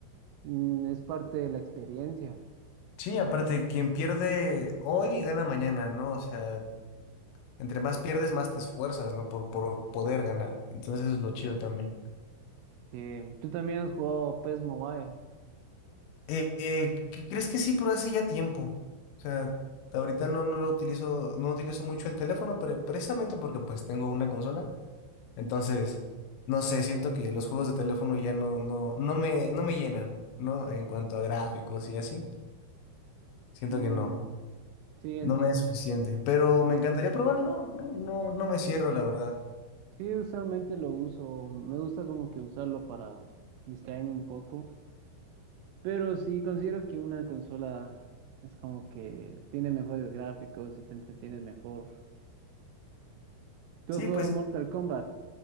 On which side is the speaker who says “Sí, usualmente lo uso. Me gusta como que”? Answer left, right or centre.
Right